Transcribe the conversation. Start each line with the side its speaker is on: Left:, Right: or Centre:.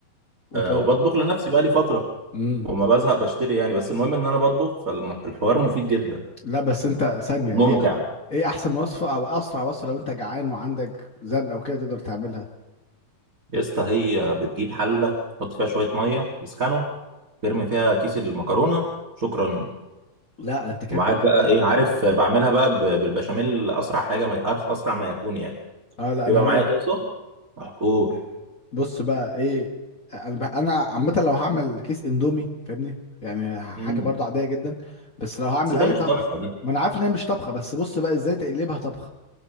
Left: وطبعا
Right: آه وبطبخ لنفسي بقى لي فترة
Left: امم
Right: وما بزهق بشتري يعني بس المهم ان انا بطبخ فالحوار مفيد جدا
Left: لا بس انت ثانية
Right: وممتع
Left: ايه ايه احسن وصفة او اسرع وصفة لو انت جعان وعندك زن او كده تقدر تعملها
Right: يا اسطى هي بتجيب حلة تحط فيها شوية مية يسخنوا ترمي فيها كيس المكرونة شكرا
Left: لا انت كده
Right: ومعاك
Left: بتتكلم
Right: بقى ايه عارف بعملها بقى ب- بالبشاميل اسرع حاجه ما أر- اسرع ما يكون يعني
Left: اه لا
Right: بيبقى
Left: انا هقول
Right: معايا طاسه محقول
Left: بص بقى ايه انا بقى انا عامة لو هعمل كيس اندومي فاهمني يعني حاجة
Right: امم
Left: برضو عادية جدا بس لو هعمل
Right: بس ده
Left: اي
Right: مش
Left: طبخ
Right: طبخه دي
Left: ما انا عارف ان هي مش طبخة بس بص بقى ازاي تقلبها طبخة